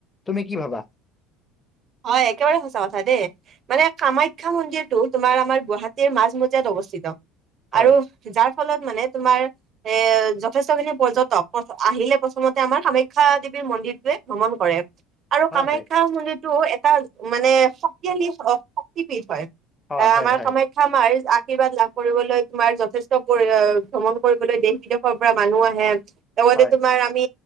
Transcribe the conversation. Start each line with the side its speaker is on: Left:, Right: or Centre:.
Left: তুমি কি ভাবা?
Right: হয় একেবাৰে সঁচা কথা দে। মানে কামাখ্যা মন্দিৰটো তোমাৰ আমাৰ গুৱাহাটীৰ মাজমজিয়াত অৱস্থিত
Left: হয়
Right: আৰু যাৰ ফলত মানে তোমাৰ এ যথেষ্ট খিনি পৰ্যটক, আহিলে প্ৰথমতে আমাৰ কামাখ্যা দেৱীৰ মন্দিৰটোৱে ভ্ৰমণ কৰে। আৰু
Left: হয়
Right: কামাখ্যা
Left: হয়
Right: মন্দিৰতো এটা মানে শক্তিশালী শক্তিপীঠ হয়।
Left: অ
Right: এ
Left: হয়
Right: আমাৰ
Left: হয়
Right: কামা মাখ্যা মাৰ আশীৰ্বাদ লাভ কৰিবলৈ তোমাৰ যথেষ্ট পৰি ভ্ৰমণ কৰিবলৈ দেশ বিদেশ ৰ পৰা মানুহ আহে, লগতে
Left: হয়
Right: তোমাৰ আমি